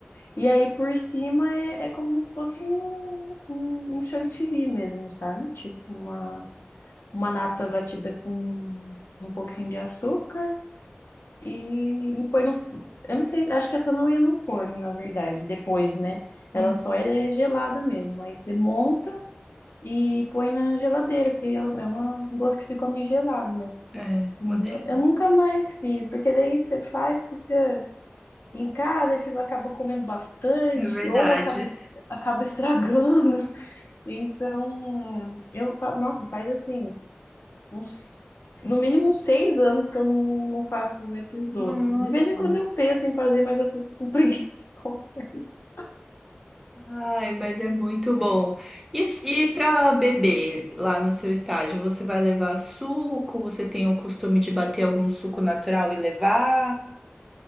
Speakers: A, on the left (about 65°); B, in the centre.
A: E aí por cima é, é como se fosse um, um, um chantilly mesmo, sabe? Tipo uma, uma nata batida com um pouquinho de açúcar e, e põe no. Eu não sei, acho que essa não ia no forno, na verdade, depois, né? Ela
B: Uhum.
A: só é gelada mesmo. Aí você monta e põe na geladeira, porque é uma doce que se come gelado, né?
B: É,
A: E
B: uma delícia.
A: Eu, eu nunca mais fiz, porque daí você faz, fica. Em casa, aí você acaba comendo bastante
B: É verdade.
A: ou acaba, es- acaba estragando. <laughs> Então, eu, fa- nossa, faz assim, uns, no mínimo uns seis anos que eu não, não faço esses doces.
B: Nossa.
A: De vez em quando eu penso em fazer, mas eu fico com preguiça, <laughs> confesso.
B: Ai, mas é muito bom. E, e para beber lá no seu estágio, você vai levar suco? Você tem o costume de bater algum suco natural e levar?